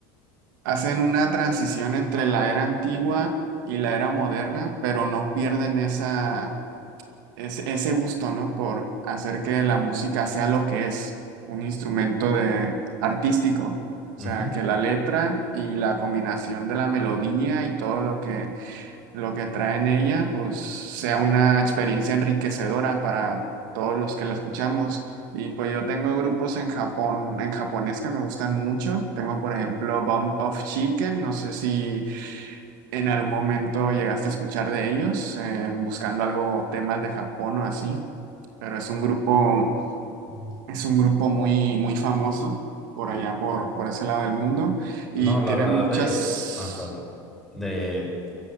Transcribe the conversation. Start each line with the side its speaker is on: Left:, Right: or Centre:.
Right: hacen una transición entre la era antigua y la era moderna, pero no pierden esa es ese gusto, ¿no? Por hacer que la música sea lo que es, un instrumento de artístico. O
Centre: ujú.
Right: sea, que la letra y la combinación de la melodía y todo lo que, lo que trae en ella, pues sea una experiencia enriquecedora para todos los que la escuchamos. Y pues yo tengo grupos en Japón, en japonés que me gustan mucho. Tengo, por ejemplo, Bump of Chicken. No sé si ¿En algún momento llegaste a escuchar de ellos, eh, buscando algo, temas de Japón o así? Pero es un grupo,
Centre: No, Ujú.
Right: es un grupo muy, muy famoso por allá, por, por ese lado del mundo, y
Centre: No, la
Right: tienen
Centre: verdad
Right: muchas...
Centre: de, ah, perdón, de